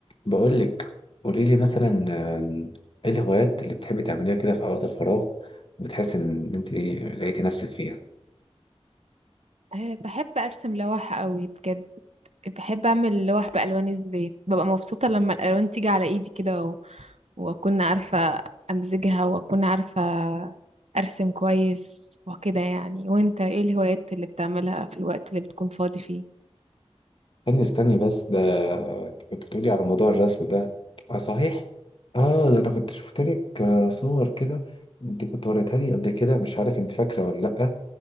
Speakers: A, on the left; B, on the right.
A: بقول لك قولي لي مثلا آم، ايه الهوايات اللي بتحبي تعمليها كده في اوقات الفراغ وبتحس ان انت لقيتي نفسك فيها
B: أه بحب ارسم لوح قوي بجد بحب اعمل لوح بالوان الزيت ببقى مبسوطه لما الالوان تيجي على ايدي كده و... واكون عارفه امزجها واكون عارفه ارسم كويس وكده يعني وانت ايه الهوايات اللي بتعملها في الوقت اللي بتكون فاضي فيه
A: استني استني بس ده كنت بتقولي على موضوع الرسم ده اه صحيح اه ده انا كنت شفت لك آه، صور كده انت كنت وريتها لي قبل كده مش عارف انت فاكره ولا لا